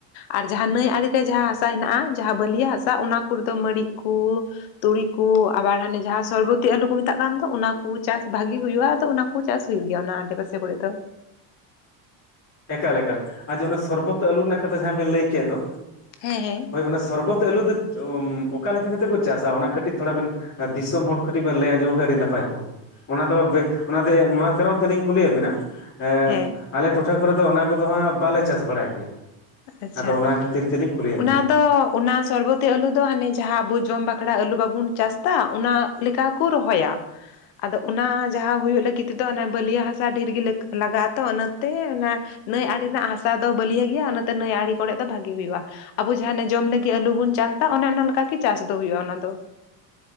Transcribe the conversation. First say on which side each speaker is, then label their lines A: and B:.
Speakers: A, on the left; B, on the left.
A: ᱟᱨ ᱡᱟᱦᱟᱸ ᱱᱟᱹᱭ ᱟᱲᱮ ᱨᱮ ᱡᱟᱦᱟᱸ ᱦᱟᱥᱟ ᱦᱮᱱᱟᱜᱼᱟ ᱡᱟᱦᱟᱸ ᱵᱟᱹᱞᱭᱟᱹ ᱦᱟᱥᱟ ᱚᱱᱟ ᱠᱚᱨᱮᱫᱚ ᱢᱟᱹᱲᱤᱜ ᱠᱩ ᱛᱩᱲᱤ ᱠᱩ ᱟᱵᱟᱨ ᱦᱟᱱᱮ ᱡᱟᱦᱟᱸ ᱥᱚᱨᱵᱚᱛᱤ ᱟᱞᱩ ᱠᱚ ᱢᱮᱛᱟᱜ ᱠᱟᱱ ᱫᱚ ᱚᱱᱟ ᱚᱱᱟ ᱠᱩ ᱪᱟᱥ ᱵᱷᱟᱜᱤ ᱦᱩᱭᱩᱜᱼᱟ ᱟᱫᱚ ᱚᱱᱟ ᱠᱚ ᱪᱟᱥ ᱦᱩᱭᱩᱜ ᱜᱮᱭᱟ ᱚᱱᱟ ᱟᱰᱮ ᱯᱟᱥᱮ ᱠᱚᱨᱮ ᱫᱚ
B: ᱮᱠᱟᱞ ᱮᱠᱟᱞ ᱟᱨ ᱡᱮ ᱚᱱᱟ ᱥᱚᱨᱵᱚᱛᱤ ᱟᱹᱞᱩ ᱨᱮᱱᱟᱜ ᱠᱟᱛᱷᱟ ᱡᱟᱦᱟᱸ ᱵᱮᱱ ᱞᱟᱹᱭ ᱠᱮᱫ ᱫᱚ
A: ᱦᱮᱸ ᱦᱮᱸ
B: ᱦᱳᱭ ᱚᱱᱟ ᱥᱚᱨᱵᱚᱛᱤ ᱟᱹᱞᱩ ᱫᱚ ᱚᱠᱟ ᱞᱮᱠᱟ ᱠᱟᱛᱮ ᱠᱚ ᱪᱟᱥᱟ ᱚᱱᱟ ᱠᱟᱹᱴᱤᱡ ᱛᱷᱚᱲᱟ ᱵᱮᱱ ᱟᱨ ᱫᱤᱥᱚᱢ ᱦᱚᱲ ᱠᱟᱹᱴᱤᱡ ᱵᱮᱱ ᱞᱟᱹᱭ ᱟᱸᱡᱚᱢ ᱞᱮ ᱠᱷᱟᱡ ᱟᱹᱰᱤ ᱱᱟᱯᱟᱭ ᱠᱚᱜᱼᱟ ᱚᱱᱟ ᱫᱚ <unintelligible> ᱚᱱᱟ ᱫᱚ ᱱᱚᱣᱟ ᱠᱟᱨᱚᱱ ᱛᱮᱞᱤᱧ ᱠᱩᱞᱤᱭᱮᱫ ᱵᱮᱱᱟ ᱮᱸᱜ
A: ᱦᱮᱸ
B: ᱟᱞᱮ ᱴᱚᱴᱷᱟ ᱠᱚᱨᱮ ᱫᱚ ᱚᱱᱟ ᱠᱚᱫᱚ ᱦᱟᱸᱜ ᱵᱟᱞᱮ ᱪᱟᱥ ᱵᱟᱲᱟᱭ ᱜᱮᱭᱟ
A: ᱟᱪᱪᱷᱟ
B: ᱟᱫᱚ ᱚᱱᱟ ᱠᱷᱟᱹᱛᱤᱨ ᱛᱮᱞᱤᱧ ᱠᱩᱞᱤᱭᱮᱫ
A: ᱚᱱᱟ
B: ᱵᱤᱱᱟ
A: ᱫᱚ ᱚᱱᱟ ᱥᱚᱨᱵᱚᱛᱤ ᱟᱹᱞᱩ ᱫᱚ ᱦᱟᱱᱮ ᱡᱟᱦᱟᱸ ᱟᱵᱚ ᱡᱚᱢ ᱵᱟᱠᱷᱲᱟ ᱟᱹᱞᱩ ᱵᱟᱵᱚᱱ ᱪᱟᱥ ᱫᱟ ᱚᱱᱟ ᱞᱮᱠᱟ ᱠᱚ ᱨᱚᱦᱚᱭᱟ ᱟᱫᱚ ᱚᱱᱟ ᱡᱟᱦᱟᱸ ᱦᱩᱭᱩᱜ ᱞᱟᱹᱜᱤᱫ ᱛᱮᱫᱚ ᱚᱱᱟ ᱵᱟᱹᱞᱭᱟᱹ ᱦᱟᱥᱟ ᱰᱷᱮᱨ ᱜᱮ ᱞᱟᱜᱟᱜᱼᱟ ᱛᱚ ᱚᱱᱟᱛᱮ ᱚᱱᱟ ᱱᱟᱹᱭ ᱟᱲᱮ ᱨᱮᱱᱟᱜ ᱦᱟᱥᱟ ᱫᱚ ᱵᱟᱹᱞᱭᱟᱹ ᱜᱮᱭᱟ ᱚᱱᱟᱛᱮ ᱱᱟᱹᱭ ᱟᱲᱮ ᱠᱚᱨᱮ ᱫᱚ ᱵᱷᱟᱜᱮ ᱦᱩᱭᱩᱜᱼᱟ ᱟᱵᱚ ᱡᱟᱦᱟᱱᱮ ᱡᱚᱢ ᱞᱟᱹᱜᱤᱫ ᱟᱞᱩ ᱵᱚᱱ ᱪᱟᱥᱫᱟ ᱚᱱᱮ ᱚᱱᱟ ᱞᱮᱠᱟᱜᱮ ᱪᱟᱥ ᱫᱚ ᱦᱩᱭᱩᱜᱼᱟ ᱚᱱᱟ ᱫᱚ